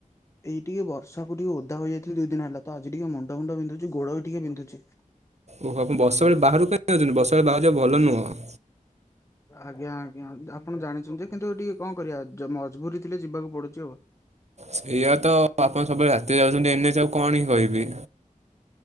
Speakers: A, on the left; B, on the right.
A: ଏଇ ଟିକେ ବର୍ଷାକୁ ଟିକେ ଓଧାଇଯାଇଥିଲ ଦୁଇ ଦିନ ହେଲା ତ ଆଜି ଟିକେଏ ମୁଣ୍ଡ ମୁୁଣ୍ଡ ବିନ୍ଧୁଛି ଗୋଡ ବି ଟିକେ ବିନ୍ଧୁଛି।
B: ଓହ ଆପଣ ବର୍ଷ ବଳେ ବାହାରକୁ କାହିଁ ଯାଉଛନ୍ତି। ବର୍ଷ ବଳେ ବାରୁକୁ ଯିବା ଭଲ ନୁହଁ।
A: ଆଜ୍ଞା ଆଜ୍ଞା ଆପଣ ଜାଣିଛନ୍ତି କିନ୍ତୁ ଟିକେ କଣ କରିବା ମଜବୁରି ଥିଲେ ଯିବାକୁ ପଡୁଛି ଆଉ।
B: ସେଇଆ ତ ଆପଣ ସବୁବେଳେ ରାତିରେ ଯାଉଛନ୍ତି ଏମେ ଯଉ କଣ ହି କହିବି।